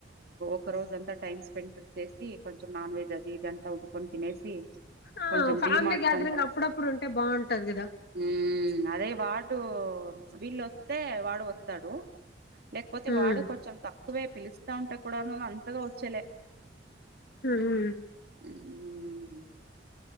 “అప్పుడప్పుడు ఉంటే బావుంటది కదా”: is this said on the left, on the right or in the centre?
Left